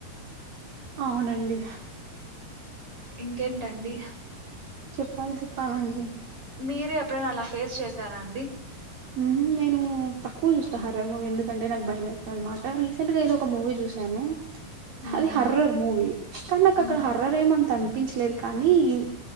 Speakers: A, on the right; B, on the right.
A: అవునండి
B: ఇంకేంటండి
A: చెప్పాలి చెప్పాలండి
B: మీరు ఎప్పుడైనా అలా ఫేస్ చేసారా అండి
A: హుమ్మ్ నేను తక్కువ చూస్తా హరర్ మూవీ ఎందుకంటే, నాకు భయమేస్తా అనమాట. రీసెంట్ గా ఏదో ఒక మూవీ చూశాను.
B: ఉమ్
A: అది హర్రర్ మూవీ కాని నాకు
B: ఉమ్
A: అక్కడ హర్రర్ ఏం అంత ఆన్ తప్పించలేరు కానీ ఇం